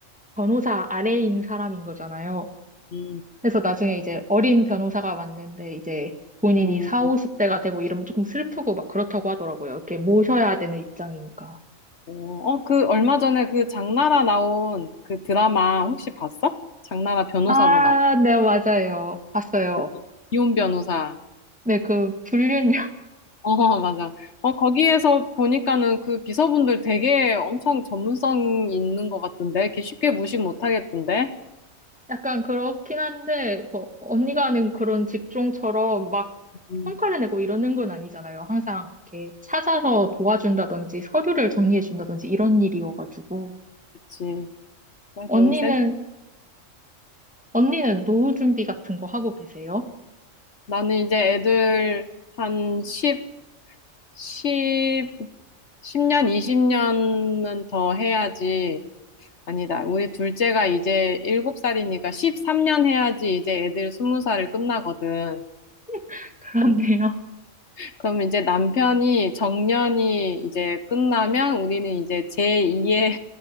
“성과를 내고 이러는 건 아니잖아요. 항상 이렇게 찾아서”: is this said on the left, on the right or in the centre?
Centre